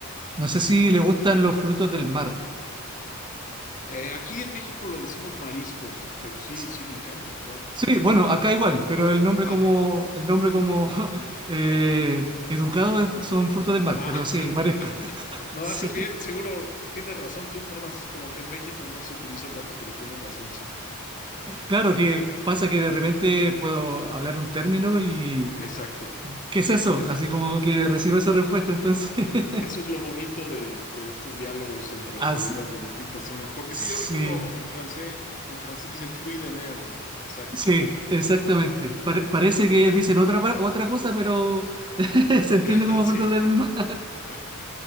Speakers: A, on the right; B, on the left.
A: no sé si le gustan los frutos del mar.
B: Eh, aquí en México lo decimos mariscos, pero sí,
A: S-
B: sí me encanta, claro.
A: Sí, bueno, acá igual, pero el nombre
B: Ah,
A: como, el nombre como <laughs> eh, educado es- son frutos del mar,
B: ah,
A: pero sí, marisco.
B: <laughs>
A: <laughs>
B: no,
A: Sí.
B: haces bien, seguro tienes razón tú, nada más como que en México no se utiliza tanto, pero tienes razón, sí.
A: Claro que pasa que de repente puedo hablar un término y
B: Exacto.
A: ¿qué es eso?
B: Es,
A: Así como que recibo esa respuesta, entonces. <laughs>
B: Eso es lo bonito de, de estos diálogos entre
A: Así,
B: colegas de distintas zonas, porque
A: sí,
B: sí, yo recuerdo en francés, en francés dicen fruit de mer, ¿no? Exacto.
A: sí, sí, exactamente. Pare- parece que ellos dicen otra, pa- otra cosa, pero <laughs> se entiende
B: <laughs>
A: como
B: Así.
A: fruta del mar.
B: <laughs>